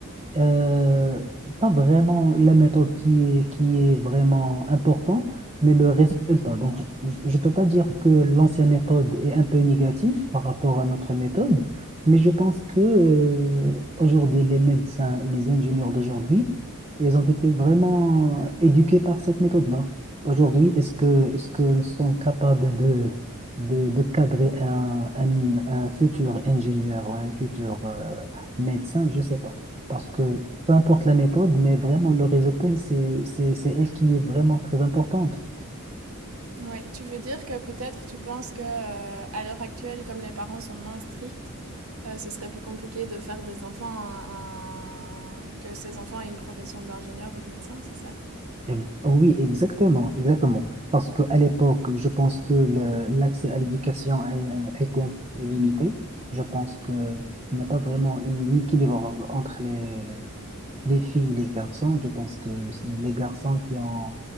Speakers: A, on the right (about 25°); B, on the right (about 75°).
A: Euh, pas vraiment la méthode qui est, qui est vraiment importante, mais le résultat. Donc, je ne peux pas dire que l'ancienne méthode est un peu négative par rapport à notre méthode, mais je pense que euh, aujourd'hui, les médecins et les ingénieurs d'aujourd'hui, ils ont été vraiment éduqués par cette méthode-là. Aujourd'hui, est-ce que, est-ce que nous sommes capables de, de, de cadrer un, un, un futur ingénieur ou un futur euh, médecin? Je ne sais pas. Parce que peu importe la méthode, mais vraiment le résultat, c'est, c'est, c'est elle qui est vraiment très importante.
B: Ouais. Tu veux dire que peut-être tu penses que euh, à l'heure actuelle, comme les parents sont moins stricts, euh, ce serait plus compliqué de faire des enfants un- un- que ces enfants aient une profession d'ingénieur ou de médecin, c'est ça?
A: Ex- Oui, exactement, exactement. Parce qu'à l'époque, je pense que le- l'accès à l'éducation a, a été un peu limité. Je pense qu'il n'y a pas vraiment une- un équilibre entre les, les filles, les garçons, je pense que c'est les garçons qui ont